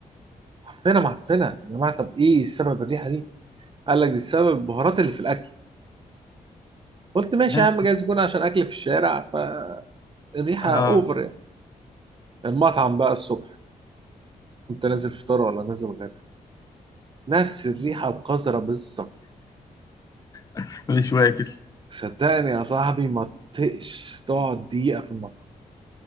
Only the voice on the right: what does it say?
معفنه معفنه يا جماعه طب ايه السبب الريحه دي قال لك دي السبب البهارات اللي في الاكل قلت ماشي
يا عم جايز يكون عشان اكل في الشارع فالريحه
اوفر يعني. المطعم بقى الصبح كنت نازل فطار ولا نازل غدا نفس الريحه القذره بالظبط
صدقني يا صاحبي ما تطقش تقعد دقيقه في المطعم